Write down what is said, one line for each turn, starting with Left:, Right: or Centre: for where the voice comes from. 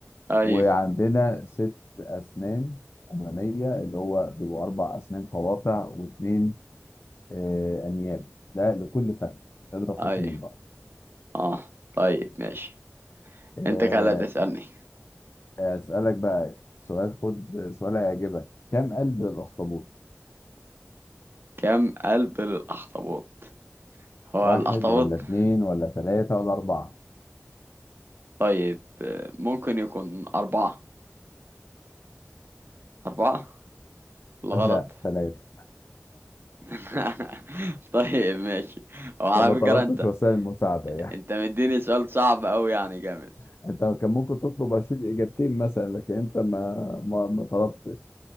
Right: أيوه
Left: وعندنا ست أسنان أمامية اللي هو بيبقوا أربع أسنان قواطع واثنين آه، انياب ده لكل فن اضرب في
Right: أيوه
Left: اتنين بقى
Right: أه طيب ماشي
Left: آه،
Right: أنت كده اللي هتسألني
Left: اسالك بقى سؤال خد سؤال هيعجبك كم قلب للاخطبوط
Right: كم قلب للأخطبوط هو
Left: واحد
Right: الأخطبوط
Left: ولا اتنين ولا تلاتة ولا أربعة
Right: طيب آه، ممكن يكون أربعة أربعة الغلط
Left: <laughs> لا تلاتة
Right: <laughs> طيب ماشي وعلى
Left: طب ما طلبتش
Right: فكرة انت
Left: وسائل مساعدة يعني
Right: انت مديني سؤال صعب اوي يعني جامد
Left: <laughs> انت كان ممكن تطلب اشيل اجابتين مثلا لكن انت ما ما, ما طلبتش